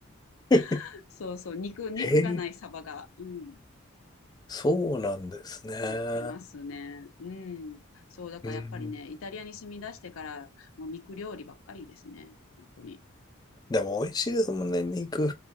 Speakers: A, on the left; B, on the left.
A: <laughs> へ
B: <laughs> そうそう、肉、肉がないサバが、
A: え。
B: うん、
A: そうなんですね。
B: 売ってますね。うん。そう、だからやっぱりね、
A: うん。
B: イタリアに住み出してから、もう肉料理ばっかりですね。本当に。
A: でも美味しいですもんね、肉。